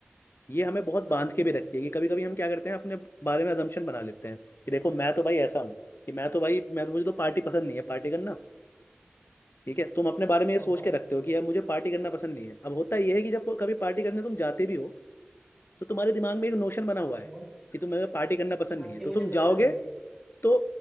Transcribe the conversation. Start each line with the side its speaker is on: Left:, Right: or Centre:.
Left: ये हमें बहुत बांध
Centre: हाँ हाँ
Left: के भी रखती है कि कभी कभी हम क्या करते हैं अपने बारे में अजम्पशन बना लेते हैं कि देखो मैं तो भाई ऐसा हूँ कि मैं तो भाई मैं तो मुझे तो पार्टी पसंद नहीं है पार्टी करना ठीक है तुम अपने बारे में ये
Centre: हाँ
Left: सोच
Centre: हाँ
Left: के रखते हो कि यार मुझे पार्टी करना पसंद नहीं है अब होता यह है कि जब कभी पार्टी करने तुम जाते भी हो तो तुम्हारे दिमाग में एक नोशन बना हुआ
Centre: हाँ
Left: है
Centre: हाँ
Left: कि तुम्हें पार्टी करना पसंद
Centre: हाँ
Left: नहीं
Centre: कि
Left: है
Centre: ये
Left: तो
Centre: मुझे
Left: तुम
Centre: पसंद
Left: जाओगे
Centre: नहीं है
Left: तो